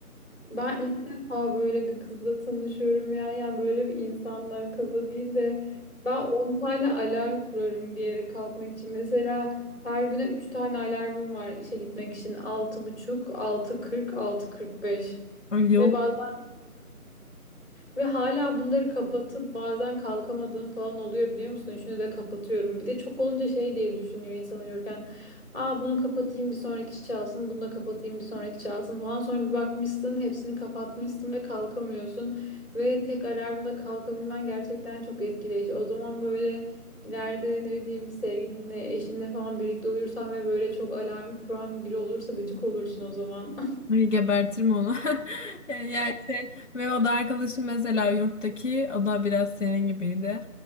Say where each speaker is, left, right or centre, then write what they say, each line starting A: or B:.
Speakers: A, on the left; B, on the left.
A: Ben ilk defa böyle bir kızla tanışıyorum ya. Yani böyle bir insanla kızla değil de ben 10 tane alarm kurarım bir yere kalkmak için. Mesela her güne 3 tane alarmım var işe gitmek için. altı altı buçuk altı kırk altı kırk beş
B: Ay yok
A: ve bazen ve hala bunları kapatıp bazen kalkamadığım falan oluyor biliyor musun? Üçünü de kapatıyorum. Bir de çok olunca şey diye düşünüyor insan uyurken. Aa bunu kapatayım bir sonraki çalsın. Bunu da kapatayım bir sonraki çalsın falan. Sonra bir bakmışsın hepsini kapatmışsın ve kalkamıyorsun. Ve tek alarmda kalkabilmen gerçekten çok etkileyici. O zaman böyle ileride ne bileyim sevgilinle eşinle falan birlikte uyursan ve böyle çok alarm kuran biri olursa gıcık olursun o zaman. <laughs>
B: Ay gebertirim onu <laughs> yani şey, ve o da arkadaşım mesela yurttaki o da biraz senin gibiydi